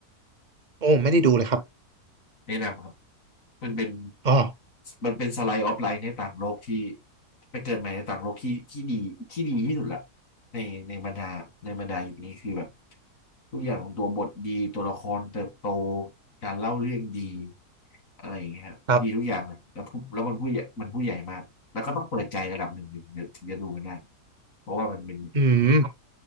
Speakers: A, on the right (about 40°); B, on the left (about 55°).
A: โอ้ไม่ได้ดูเลยครับ
B: แนะนำครับมันเป็น
A: อ๋อ
B: มันเป็นสไลด์ออฟไลน์ในต่างโลกที่ไปเกิดใหม่ในต่างโลกที่ที่ดีที่ดีที่สุดละในในบรรดาในบรรดาอยู่นี้คือแบบทุกอย่างของตัวบทดีตัวละครเติบโตการเล่าเรื่องดีอะไรอย่างเงี้ยครับดีทุกอย่างเลยแล้วผู้แล้วมันผู้ใหญ่มันผู้ใหญ่มากแล้วก็ต้องเปิดใจระดับหนึ่งถึงจะถึงจะดูมันได้
A: ครับ
B: เพราะว่ามันเป็น
A: อืม